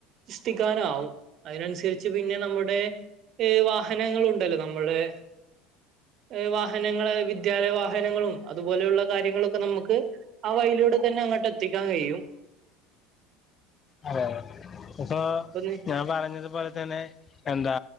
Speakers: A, on the right; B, on the left.
A: സൃഷ്ടിക്കാനാവും അതിനനുസരിച്ച് പിന്നെ നമ്മുടെ ഏഹ് വാഹനങ്ങളുണ്ടല്ലോ നമ്മുടെ
B: <inaudible>
A: ഏഹ് വാഹനങ്ങള് വിദ്യാലയ വാഹനങ്ങളും അതുപോലെയുള്ള കാര്യങ്ങളൊക്കെ നമുക്ക് ആ വയിലൂടെ തന്നെ അങ്ങോട്ട് എത്തിക്കാൻ കഴിയും
B: അതെ അതെ ഇപ്പൊ
A: ഒന്ന്
B: ഞാൻ പറഞ്ഞതുപോലെ തന്നെ എന്താ